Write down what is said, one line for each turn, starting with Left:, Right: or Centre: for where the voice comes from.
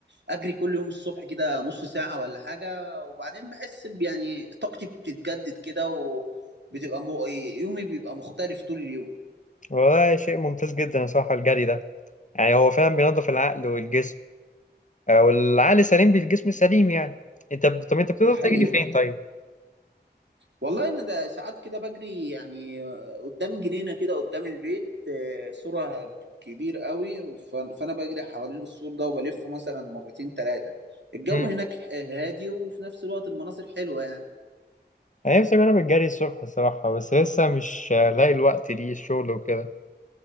Right: اجري كل يوم الصبح كده نص ساعه ولا حاجه وبعدين بحس ب- يعني طاقتي بتتجدد كده وبتبقى م... يومي بيبقى مختلف طول اليوم
Left: وده شيء ممتاز جدا صراحة الجري ده يعني هو فعلا بينظف العقل والجسم آه، والعقل سليم بالجسم سليم يعني انت ب- طب انت بتقدر
Right: دي حقيقه
Left: تجري فين طيب؟
Right: والله انا ده ساعات كده بجري يعني آه، قدام جنينه كده قدام البيت آه، سورها كبير قوي ف- فانا بجري حوالين السور ده وبلفه مثلا مرتين ثلاثه الجو
Left: مم.
Right: هناك ح- هادي وفي نفس الوقت المناظر حلوه يعني
Left: انا نفسي اجرب الجري الصبح الصراحة بس لسه مش آه، لاقي الوقت ليه الشغل وكده